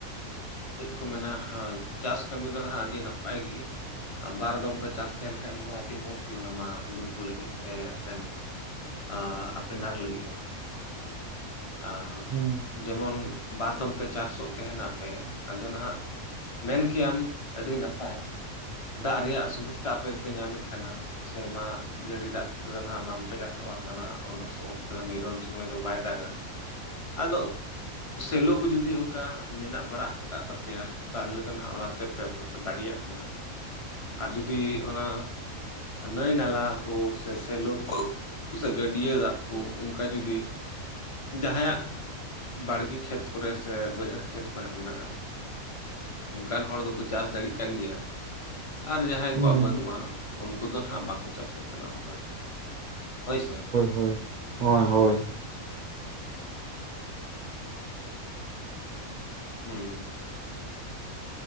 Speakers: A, on the left (about 55°); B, on the right (about 75°).
A: ᱪᱮᱫ ᱠᱚ ᱢᱮᱱᱟ ᱦᱳᱭ ᱪᱟᱥ ᱠᱟᱹᱢᱤ ᱫᱚ ᱱᱟᱦᱟᱜ ᱟᱹᱰᱤ ᱱᱟᱯᱟᱭ ᱜᱮ᱾ ᱵᱟᱨ ᱫᱚᱢ ᱯᱮ ᱪᱟᱥ ᱛᱟᱦᱮᱱ ᱠᱷᱟᱡ ᱢᱟ ᱟᱹᱰᱤ ᱢᱚᱸᱡᱽ ᱜᱮ ᱚᱱᱟᱢᱟ ᱦᱩᱲᱩ ᱠᱚ ᱞᱟᱹᱜᱤᱫ ᱥᱮ ᱚᱱᱛᱮᱱ ᱟᱸᱻ ᱟᱯᱮᱱᱟᱨ ᱞᱟᱹᱜᱤᱫ ᱦᱚᱸ᱾ ᱟᱸᱻ
B: ᱦᱩᱸ
A: ᱡᱮᱢᱚᱱ ᱵᱟᱨ ᱫᱚᱢ ᱯᱮ ᱪᱟᱥᱚᱜ ᱛᱟᱦᱮᱱᱟᱯᱮ ᱟᱫᱚ ᱱᱟᱦᱟᱜ ᱢᱮᱱ ᱠᱮᱭᱟᱢ ᱟᱹᱰᱤ ᱱᱟᱯᱟᱭ ᱫᱟᱜ ᱨᱮᱭᱟᱜ ᱥᱩᱵᱤᱥᱛᱟ ᱟᱯᱮ ᱫᱚᱯᱮ ᱧᱟᱢᱮᱫ ᱠᱟᱱᱟ ᱾ ᱥᱮᱨᱢᱟ ᱡᱟᱹᱲᱤ ᱫᱟᱜ ᱛᱮᱫᱚ ᱱᱟᱦᱟᱜ ᱵᱟᱝ ᱯᱮ ᱪᱟᱥᱚᱜ ᱠᱟᱱᱟ ᱚᱱᱟ ᱚᱠᱛᱚ ᱫᱚ ᱱᱤᱨᱚᱱ ᱥᱚᱢᱚᱭ ᱫᱚ ᱵᱟᱭ ᱫᱟᱜ -ᱟ ᱾ ᱟᱫᱚ ᱥᱮᱞᱚ ᱠᱚ ᱡᱩᱫᱤ ᱚᱱᱠᱟ ᱢᱮᱱᱟᱜ ᱵᱟᱲᱟ ᱟᱠᱟᱫ ᱛᱟᱯᱮᱭᱟ ᱛᱟᱦᱚᱞᱮ ᱫᱚ ᱱᱟᱜ ᱚᱱᱟᱛᱮ ᱟᱯᱮ ᱯᱮ ᱫᱟᱲᱮᱭᱟᱜ ᱠᱟᱱᱟ ᱟᱨ ᱡᱩᱫᱤ ᱚᱱᱟ ᱱᱟᱹᱭ ᱱᱟᱞᱟ ᱠᱚ, ᱥᱮ ᱥᱮᱞᱚ ᱠᱚ, ᱥᱮ ᱜᱟᱹᱰᱭᱟᱹ ᱫᱟᱜ ᱠᱚ ᱚᱱᱠᱟ ᱡᱩᱫᱤ ᱡᱟᱦᱟᱸᱭ ᱟᱜ ᱵᱟᱲᱜᱮ ᱠᱷᱮᱛ ᱠᱚᱨᱮ ᱥᱮ, ᱵᱟᱹᱭᱦᱟᱹᱲ ᱠᱷᱮᱛ ᱠᱚᱨᱮ ᱢᱮᱱᱟᱜᱼᱟ ᱾ ᱚᱱᱠᱟᱱ ᱦᱚᱲ ᱫᱚᱠᱚ ᱪᱟᱥ ᱫᱟᱲᱮᱭᱟᱜ ᱠᱟᱱ ᱜᱮᱭᱟ ᱾ ᱟᱨ ᱡᱟᱦᱟᱸᱭ
B: ᱦᱩᱸ
A: ᱠᱚᱣᱟᱜ ᱵᱟᱹᱱᱩᱜᱼᱟ ᱩᱱᱠᱩ ᱫᱚ ᱦᱟᱜ ᱵᱟᱠᱚ ᱪᱟᱥᱮᱫ ᱠᱟᱱᱟ ᱚᱱᱠᱟ ᱫᱚ ᱾ ᱦᱳᱭ ᱥᱮ
B: ᱦᱳᱭ ᱦᱳᱭ
A: ᱦᱩᱸ
B: ᱦᱳᱭ
A: ᱾ ᱦᱩᱸ ᱾